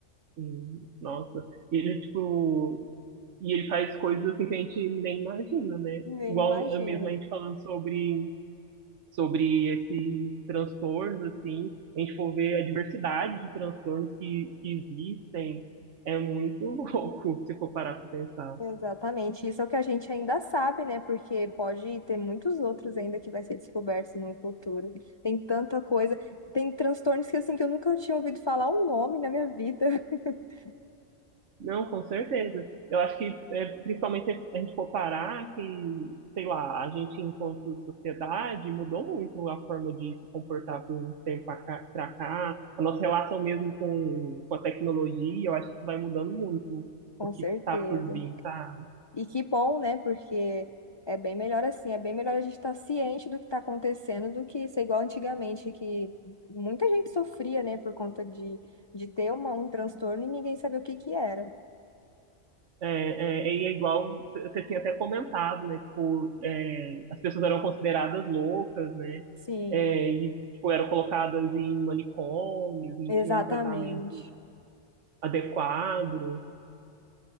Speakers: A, on the right; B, on the left.
A: Sim, nossa. E ele, tipo, e ele faz coisas assim que a gente nem imagina, né?
B: Nem
A: Igual
B: imagino.
A: eh, mesmo a gente falando sobre, sobre esses transtornos, assim, a gente for ver a diversidade de transtornos que, que existem, é muito <laughs> louco se for parar pra pensar.
B: Exatamente, isso é o que a gente ainda sabe, né? Porque pode ter muitos outros ainda que vai ser descobertos no futuro. Tem tanta coisa, tem transtornos que assim que eu nunca tinha ouvido falar o nome na minha vida. <laughs>
A: Não, com certeza. Eu acho que, é, principalmente se a gente for parar, que, sei lá, a gente, enquanto sociedade, mudou muito a forma de se comportar por um tempo pra cá. pra cá. A nossa relação mesmo com, com a tecnologia, eu acho que vai mudando muito
B: Com
A: o que
B: certeza.
A: está por vir, sabe?
B: E que bom, né? Porque é bem melhor assim, é bem melhor a gente estar ciente do que está acontecendo do que ser igual antigamente, que muita gente sofria, né, por conta de, de ter uma, um transtorno e ninguém sabia o que que era.
A: É, é, e é igual, c- você tinha até comentado, né? Tipo, é, as pessoas eram consideradas loucas, né?
B: Sim,
A: É, e, tipo, eram colocadas em manicômios, não
B: exatamente.
A: tinham tratamento adequado. <laughs>